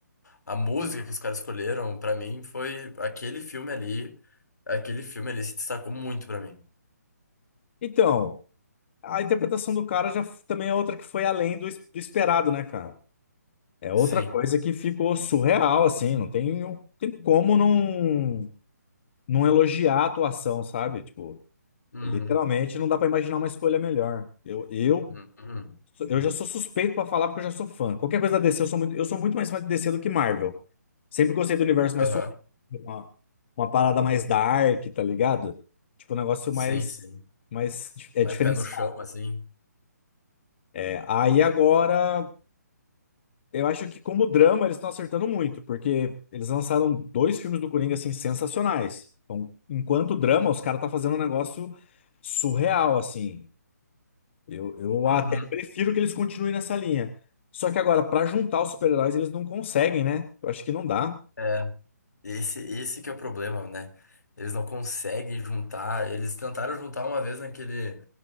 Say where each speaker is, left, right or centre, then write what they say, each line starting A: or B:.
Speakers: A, on the left; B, on the left.
A: A música que os caras escolheram, pra mim, foi aquele filme ali. Aquele filme ali se destacou muito pra mim.
B: Então, A interpretação do cara já f- também é outra que foi além do, es- do esperado, né, cara? É
A: Sim.
B: outra coisa que ficou surreal, assim, não tem, não tem como não, não elogiar a atuação, sabe? Tipo,
A: Uhum.
B: literalmente não dá pra imaginar uma escolha melhor. Eu, eu,
A: Uhum.
B: sou-
A: Uhum.
B: eu já sou suspeito pra falar porque eu já sou fã. Qualquer coisa da DC, eu sou muito, eu sou muito mais fã de DC do que Marvel. Sempre gostei do universo
A: Aham.
B: mais sombrio, uma, uma parada mais dark, tá ligado? Tipo, um negócio
A: Sim,
B: mais,
A: sim.
B: mais dif- é,
A: Mais
B: diferenciado.
A: pé no chão, assim.
B: É, Aí agora. Eu acho que como drama eles estão acertando muito, porque eles lançaram dois filmes do Coringa assim sensacionais. Então, enquanto drama, os caras tá fazendo um negócio surreal assim. Eu, eu
A: Uhum.
B: até prefiro que eles continuem nessa linha. Só que agora pra juntar os super-heróis eles não conseguem, né? Eu acho que não dá.
A: É. Esse, esse que é o problema, né? Eles não conseguem juntar. Eles tentaram juntar uma vez naquele,